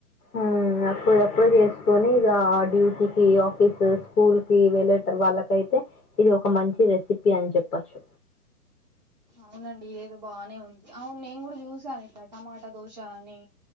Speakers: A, on the left; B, on the right.
A: ఉమ్ అప్పుడుదప్పుడు చేసుకొని ఇగ డ్యూటీకి, ఆఫీస్, స్కూల్ కీ వెళ్ళే వాళ్ళకయితే ఇది ఒక మంచి రెసిప్పీ అని చెప్పచ్చు.
B: అవునండి ఇదేదో బానే ఉంది, అవును నేను గుడ చూసాను ఇట్ల టమాటా దోశ అని